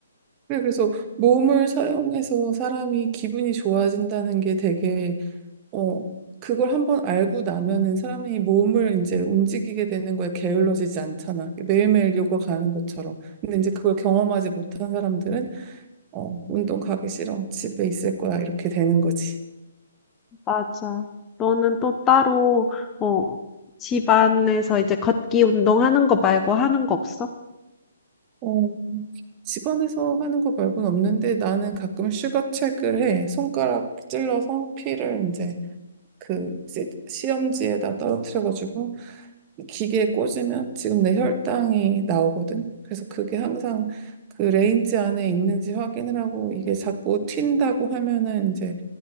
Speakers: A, on the right; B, on the left.
A: 그래, 그래서 몸을 사용해서 사람이 기분이 좋아진다는 게 되게 어, 그걸 한번 알고 나면은 사람이 몸을 이제 움직이게 되는 거에 게을러지지 않잖아. 매일매일 요가 가는 것처럼. 근데 이제 그걸 경험하지 못한 사람들은 어, 운동 가기 싫어. 집에 있을 거야. 이렇게 되는 거지.
B: 맞아. 너는 또 따로 어, 집안에서 이제 걷기 운동하는 거 말고 하는 거 없어?
A: 어, 집안에서 하는 거 말고는 없는데 나는 가끔 슈거책을 해. 손가락 찔러서 피를 이제 그 이제 시험지에다 떨어뜨려가지고 이 기계에 꽂으면 지금 내 혈당이 나오거든. 그래서 그게 항상 그 레인지 안에 있는지 확인을 하고 이게 자꾸 튄다고 하면은 이제